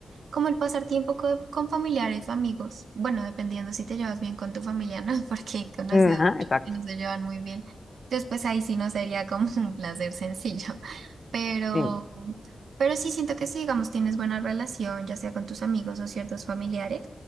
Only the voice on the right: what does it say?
como el pasar tiempo co- con, familiares o amigos. Bueno, dependiendo si te llevas bien con tu familia, ¿no? <laughs> Porque he conocido
muchos
que no se llevan muy bien. entonces pues ahí sí no sería como <laughs> un placer sencillo. Pero,
pero sí siento que si, digamos, tienes buena relación, ya sea con tus amigos o ciertos familiares,